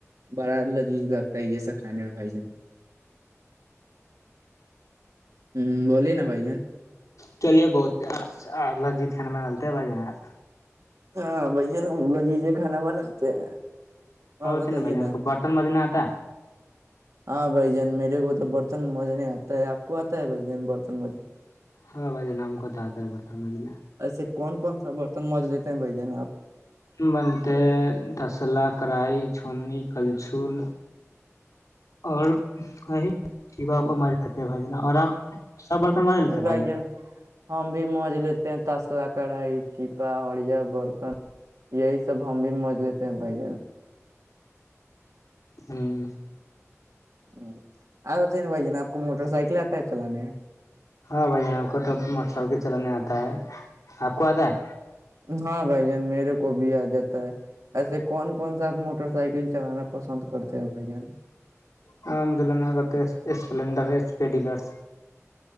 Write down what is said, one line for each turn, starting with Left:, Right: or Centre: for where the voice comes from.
Right: بڑا لذیذ لگتا ہے یہ سب کھانے آجن ہوں بولیے نا بھائی جان
Left: چلیے بہت لجت کھانا بنا ت بجے ن آپ
Right: ہاں بائی ج ن م لو جیز کھانا بناتے ہیں
Left: ہ
Right: اور بتائیے
Left: ت ن بج
Right: نا
Left: برتن مج نتا
Right: ہاں بھائی جان میرے کو تو برتن مج نہیں آتا ہے آپ کو آتا ہے بھائی جان برتن مجے
Left: ہاں بھ ج نم کوتا آتا بتا سمجج میں
Right: ایسے کون کون سا برتن مج لیتے ہیں بھائی جان آپ
Left: بنتے تسلا کڑھائی چھنی کلچھول اور وہ جیا م ہیں بھائی جان اور آپ سب برتن مار لیتے ہیں
Right: بائی
Left: بھائی
Right: جان ہاں بھی موج لیتے ہیں تاسلا کڑھائی چھپا ہڑیا برتن یہی سب ہم بھی موج لیتے ہیں بھائی جن
Left: ہوں
Right: ہ آپ بتائی نا بھائی جانا آپ کو موٹر سائیکل آتا ہے چلانے
Left: ہاں بھائی جان آپ کو تو موٹر سائیکل چلانے آتا ہے آپ کو آتا ہے
Right: ہاں بھائی میرے کو بھی آ جاتا ہے ایسے کون کون سا آپ موٹر سائیکل چلانا پسند کرتے ہیں بھائی جان
Left: مد کرتے اسپڈرر